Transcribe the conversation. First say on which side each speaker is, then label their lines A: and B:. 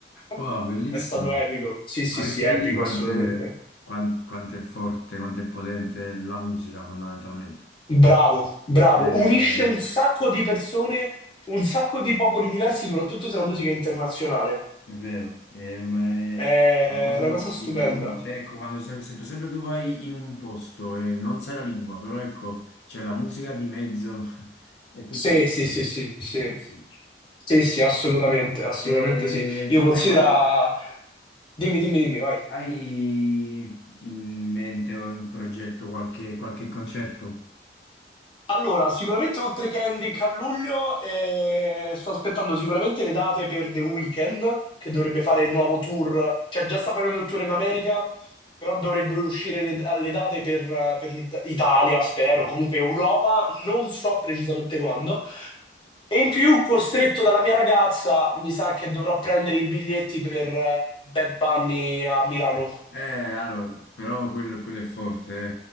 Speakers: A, on the left; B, on the left.
A: <laughs>
B: Wow, bellissimo.
A: È stato epico. Sì, sì,
B: Ma v-
A: sì,
B: vedi
A: epico
B: quante,
A: assolutamente.
B: quan- quanto è forte, quanto è potente la musica fondamentalmente.
A: Bravo, bravo.
B: Cioè,
A: Unisce un sacco di persone, un sacco di popoli diversi, soprattutto se la musica è internazionale.
B: è vero, è, ma è
A: È
B: qualcosa
A: una cosa
B: di
A: stupenda.
B: incredibile. Cioè, ecco, quando sem- sempre, sempre tu vai in un posto e non sai la lingua, però ecco, c'è la musica di mezzo, <laughs> è tutto
A: Sì,
B: più
A: sì,
B: semplice,
A: sì, sì, sì.
B: tutto più semplice.
A: Sì, sì, assolutamente, assolutamente
B: E
A: sì. Io considero...
B: hai, gua-
A: Dimmi, dimmi, dimmi, vai.
B: hai in mente o in progetto qualche, qualche concerto?
A: Allora, sicuramente oltre che Kendrick a luglio, eh, sto aspettando sicuramente le date per The Weeknd, che dovrebbe fare il nuovo tour, cioè già sta facendo il tour in America, però dovrebbe uscire le, alle date per, eh, per l'It- Italia, spero, comunque Europa, non so precisamente quando. E in più, costretto dalla mia ragazza, mi sa che dovrò prendere i biglietti per eh, Bad Bunny a Milano.
B: Eh, allora, però quello, quello è forte,